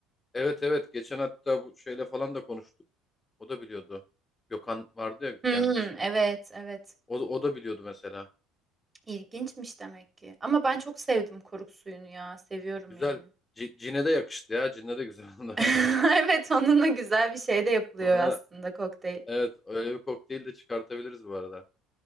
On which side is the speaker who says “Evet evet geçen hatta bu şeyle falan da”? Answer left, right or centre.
Left